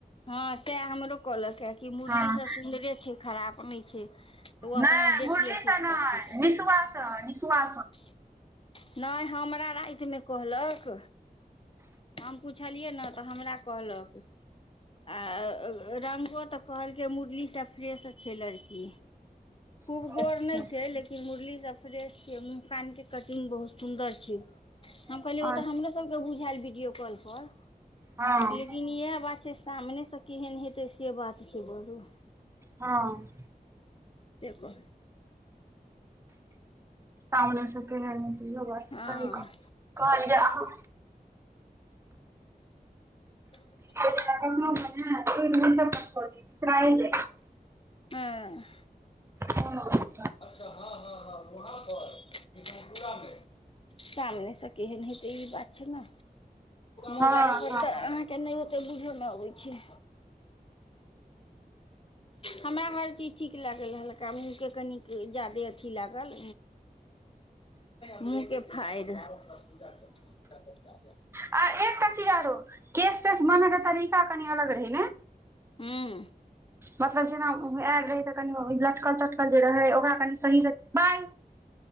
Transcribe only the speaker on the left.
हँ सह हमरो कहलक कि मुरली
सभ सुन्दरे छै। खराप नहि छै। तऽ ओ
अपना देख
लेथिन
तऽ ठीक रहतै
<inaudible> नहि हमरा रातिमे कहलक हम पुछलियै ने तऽ हमरा कहलक। आ रंगो तऽ कहलकै, मुरलीसँ फ्रेश छै लड़की। खूब
गोर नहि छै लेकिन मुरली सभ फ्रेश छी मुह कान के कटिंग बहुत सुंदर छै। हम
कहलि ओता हमरो सभके बुझायल वीडियो कॉल पर
लेकिन इएह बात सामने से केहन हेतै से बात छै। बोलू
त कह
हँ
<inaudible>
ह
अच्छा हँ हँ हँ, वहाँ पर मिथनपुरामे। सामने से केहन हेतै ई बात छै। ने मोबाइल
पर
तऽ के नहि ओते बुझो नहि अबैत छै। हमरा हर चीज ठीक लागल रहलका मूँहके कनि जादे अथी लागल मूँहके फाड़। <unintelligible>
हूँ